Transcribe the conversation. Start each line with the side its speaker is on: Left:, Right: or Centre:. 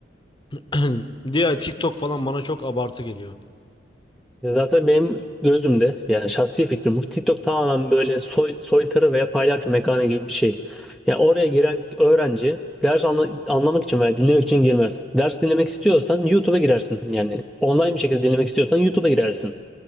Left: <clears throat> diğer TikTok falan bana çok abartı geliyor.
Centre: Ya Zaten benim gözümde yani şahsi fikrim bu. TikTok tamamen böyle soy, soytarı veya paylaşım mekanı gibi bir şey. Yani oraya giren öğrenci ders anla- anlamak için veya dinlemek için girmez. Ders dinlemek istiyorsan YouTube'a girersin. Yani online bir şekilde dinlemek istiyorsan YouTube'a girersin.